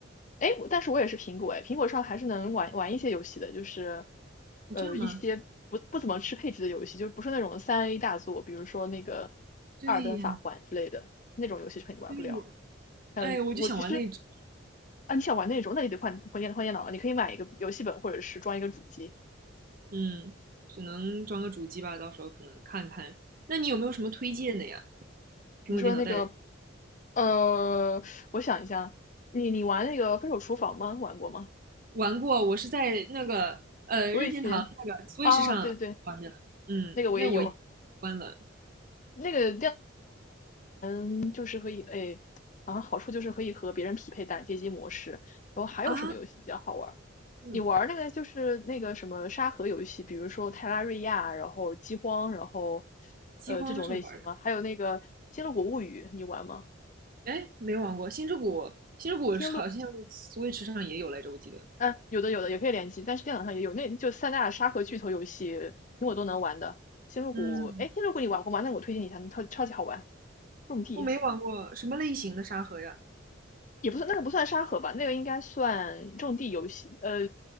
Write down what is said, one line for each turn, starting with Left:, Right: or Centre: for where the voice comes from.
Left: 哎，我但是我也是苹果，哎，苹果上还是能玩玩一些游戏的，就是
Right: 哦，
Left: 呃一些不不怎么吃配置的游戏，
Right: 这样吗？
Left: 就是不是那种三 A 大作，比如说那个
Right: 对呀，
Left: 《二尔登法环》之类的那种游戏肯定玩不了。
Right: 对呀。
Left: 还有我其实
Right: 哎，我就想玩那种，
Left: 啊，你想玩那种，那你得换换电换电脑了，你可以买一个游戏本或者是装一个主机。
Right: 嗯，只能装个主机吧，到时候可能看看。那你有没有什么推荐的呀？苹果电脑带的，
Left: 你说的那个呃，我想一下，你你玩那个《分手厨房》吗？玩过吗？
Right: 玩过，我是在那个呃任天堂那个
Left: 所以去
Right: Switch
Left: 啊，
Right: 上玩的，
Left: 对对，
Right: 嗯，
Left: 那个我也有。
Right: 那我关了
Left: 那个电嗯就是可以，哎，好像好处就是可以和别人匹配打街机模式。然后还有什么游戏比较好玩儿？
Right: 啊，嗯，
Left: 你玩儿那个就是那个什么沙盒游戏，比如说泰拉瑞亚，然后饥荒，然后
Right: 饥荒是玩的。
Left: 呃这种类型吗？还有那个《星露谷物语》，你玩吗？
Right: 哎，没玩过《星之谷》，《星之谷》好像
Left: 星露，
Right: Switch 上也有来着，我记得。
Left: 嗯、有的有的也可以联机，但是电脑上也有，那就三大沙盒巨头游戏，苹果都能玩的。星露谷，
Right: 嗯，
Left: 哎，星露谷你玩过吗？那我推荐一下，超超级好玩，种地。
Right: 我没玩过，什么类型的沙盒呀？
Left: 也不算那个不算沙盒吧，那个应该算种地游戏。呃，